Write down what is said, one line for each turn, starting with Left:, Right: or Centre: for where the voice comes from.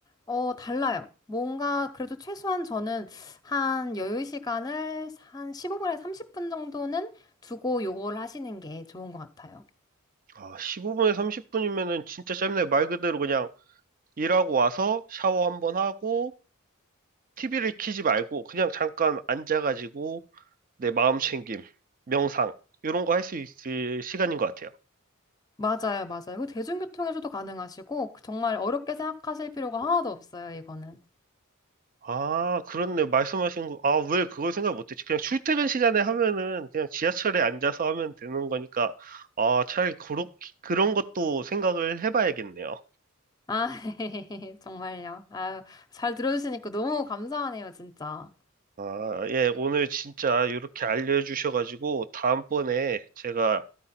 Left: 어, 달라요. 뭔가 그래도 최소한 저는 한 여유 시간을 한 15분에 30분 정도는 두고 요거를 하시는 게 좋은 것 같아요.
Right: 아, 15분에 30분이면은 진짜 짧네. 말 그대로 그냥 일하고 와서 샤워 한번 하고 TV를 켜지 말고 그냥 잠깐 앉아가지고 내 마음 챙김, 명상 이런 거 할 수 있을 시간인 것 같아요.
Left: 맞아요. 맞아요. 그 대중교통에서도 가능하시고 정말 어렵게 생각하실 필요가 하나도 없어요. 이거는.
Right: 아, 그렇네. 말씀하신 거. 아, 왜 그걸 생각 못했지? 그냥 출퇴근 시간에 하면은 그냥 지하철에 앉아서 하면 되는 거니까 아, 차라리 그렇 그런 것도 생각을 해봐야겠네요.
Left: 아, <laughs> 정말요. 아, 잘 들어주시니까 너무 감사하네요, 진짜.
Right: 아, 예, 오늘 진짜 이렇게 알려주셔가지고 다음번에 제가